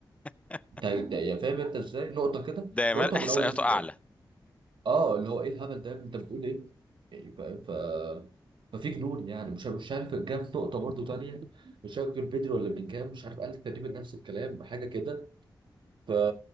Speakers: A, on the left; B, on the right.
A: <laughs>
B: انت أنت- يعني فاهم انت ازاي نقطه كده
A: ده يا
B: نقطه
A: مال احصائياته
B: من اول الس- يعني
A: اعلى
B: اه اللي هو ايه الهبل ده يا ابني؟ انت بتقول ايه يعني فاهم ف ففي جنون يعني مش مش عارف جه في نقطه برضو تانية مش فاكر بدري ولا بلينجهام مش عارف قال تقريبا نفس الكلام حاجه كده ف...